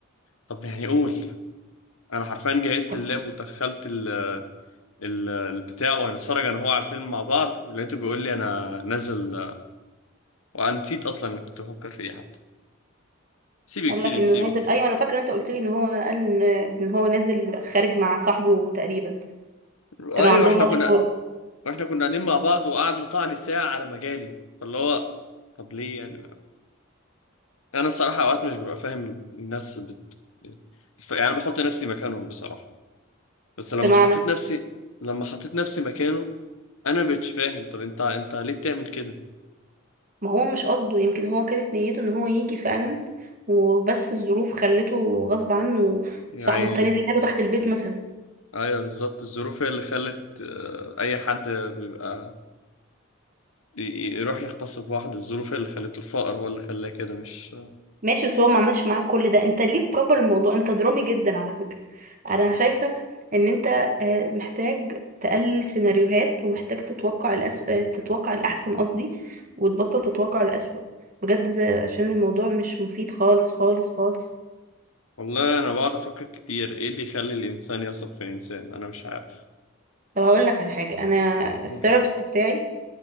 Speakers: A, on the left; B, on the right.
A: طب يعني قول انا حرفيا جهزت
B: طب
A: اللاب ودخلت ال ال- البتاع وهنتفرج انا وهو على الفيلم مع بعض ولقيته بيقول لي انا نازل وانا نسيت اصلا انا كنت بفكر في ايه حتى سيبك
B: قال
A: سيبك
B: لك انه
A: سيبك
B: نازل ايوه انا فاكره انت قلت لي ان هو قال ان إن هو نازل خارج مع صاحبه تقريبا
A: ايوه
B: كانوا عندهم
A: احنا
B: ماتش
A: كنا
B: كوره
A: واحنا كنا قاعدين مع بعض وقعد لطعني ساعه على مجالي فاللي هو طب ليه يعني انا الصراحه اوقات مش ببقى فاهم الناس بت... ف- يعني بحط نفسي مكانهم بصراحه بس لما
B: بمعنى
A: حطيت نفسي لما حطيت نفسي مكانه انا مبقتش فاهم طب انت انت ليه بتعمل كده
B: ما هو مش قصده يمكن هو كانت نيته ان هو يجي فعلا وبس الظروف خلته غصب عنه
A: يعني
B: صاحبه التاني ده جاله تحت البيت مثلا
A: ايوه بالظبط الظروف هي اللي خلت آه، اي حد بيبقى ي- ي- يروح يغتصب واحد الظروف هي اللي خلته الفقر هو اللي خلاه كده مش
B: ماشي بس هو ما عملش معاك كل ده انت ليه مكبر الموضوع انت درامي جدا على فكرة انا شايفة ان انت آه، محتاج تقلل سيناريوهات ومحتاج تتوقع الأس... آه، تتوقع الأحسن قصدي وتبطل تتوقع الأسوأ بجد ده عشان الموضوع مش مفيد خالص خالص خالص
A: والله انا بقعد افكر كتير ايه اللي يخلي الانسان يثق في الانسان انا مش عارف
B: طب هقول لك على حاجة انا
A: قول
B: الثيرابيست بتاعي